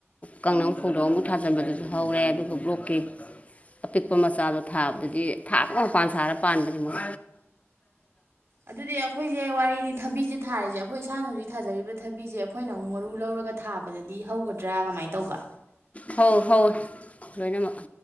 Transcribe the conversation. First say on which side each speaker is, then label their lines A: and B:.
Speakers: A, on the left; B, on the right.
A: ꯀꯥꯡ ꯐꯧꯗꯣꯛ ꯑꯃꯨꯛ ꯊꯥꯖꯤꯟꯕꯗꯨꯁꯨ ꯍꯧꯔꯦ ꯑꯗꯨꯒ ꯕ꯭ꯂꯣꯛꯀꯤ ꯑꯄꯤꯛꯄ ꯃꯆꯥꯗꯣ ꯊꯥꯕꯗꯨꯗꯤ ꯊꯥ ꯑꯃ ꯃꯄꯥꯟ ꯁꯥꯔ ꯄꯥꯟꯕꯅꯦ ꯃꯣꯏ
B: ꯑꯗꯨꯗꯤ ꯑꯩꯈꯣꯏꯁꯦ ꯋꯥꯔꯤꯅꯤ ꯊꯕꯤꯁꯦ ꯊꯥꯔꯤꯁꯦ ꯑꯩꯈꯣꯏ ꯏꯁꯥꯅ ꯍꯧꯖꯤꯛ ꯊꯥꯖꯔꯤꯕ ꯊꯕꯤꯁꯦ ꯑꯩꯈꯣꯏꯅ ꯑꯃꯨꯛ ꯃꯔꯨ ꯂꯧꯔꯒ ꯊꯥꯕꯗꯗꯤ ꯍꯧꯒꯗ꯭ꯔꯥ ꯀꯃꯥꯏꯅ ꯇꯧꯕ
A: ꯐꯧ ꯍꯧꯋꯦ ꯂꯣꯏꯅꯃꯛ